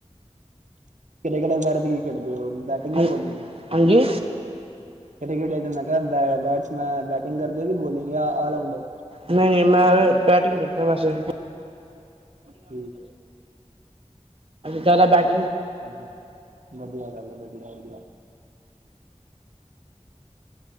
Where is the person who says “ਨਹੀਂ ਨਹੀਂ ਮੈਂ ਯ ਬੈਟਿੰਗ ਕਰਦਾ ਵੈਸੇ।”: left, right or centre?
Right